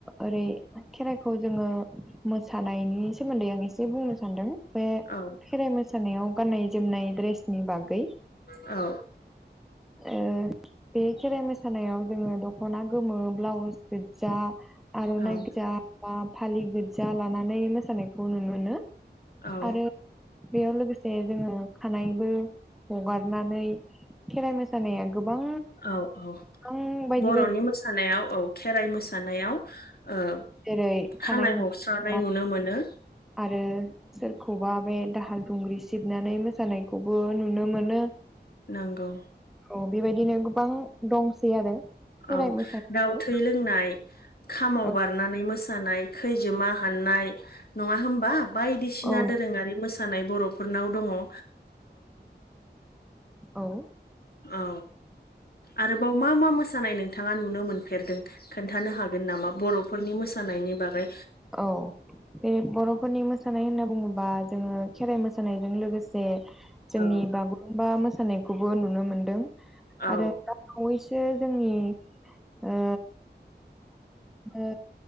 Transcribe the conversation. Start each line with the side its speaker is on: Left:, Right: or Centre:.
Centre: ओरै खेराइखौ जोङो मोसानायनि सोमोन्दै आं एसे बुंनो सान्दों। ओ
Left: औ
Centre: खेराइ मोसानायाव गाननाय जोमनाय ड्रेसनि बागै
Left: औ
Centre: ओ बे खेराइ मोसानायाव जोङो दख'ना गोमो ब्लाउस गोजजा आर'नाइ
Left: औ
Centre: गोजा बा फालि गोजजा लानानै मोसानायखौ नुनो मोनो।
Left: औ।
Centre: आरो बेयाव लोगोसे जोङो खानाइबो हगारनानै खेराइ मोसानाया गोबां
Left: औ औ।
Centre: गोबां बायदि
Left: बर'नि
Centre: बायदि
Left: मोसानायाव औ खेराइ मोसानायाव ओ
Centre: जेरै
Left: खानाय
Centre: हगारनाय
Left: हस्रानाय नुनो मोनो।
Centre: आरो सोरखौबा बे दाहाल दुंग्रि सिबनानै मोसानायखौबो नुनो मोनो।
Left: नंगौ।
Centre: औ बेबायदिनो गोबां दंसै आरो खेराइ
Left: औ।
Centre: मोसानायाबो
Left: दाउ थै लोंनाय खामाव
Centre: औ
Left: बारनानै मोसानाय, खैजोमा हाननाय नङा होमबा बायदिसिना
Centre: औ
Left: दोरोङारि मोसानाय बर'फोरनाव दङ' ओ
Centre: औ।
Left: औ। आरोबाव मा मा मोसानाय नोंथाङा नुनो मोनफेरदों खोन्थानो हागोन नामा बर'फोरनि मोसा नायनि बागै।
Centre: औ बे बर'फोरनि मोसानाय होनना बुङोबा जोङो खेराइ मोसानायजों लोगोसे जोंनि
Left: औ
Centre: बागुरुमबा मो सानायखौबो नुनो मोनदों
Left: औ
Centre: आरो आरो दा बावै सो जोंनि ओ ओ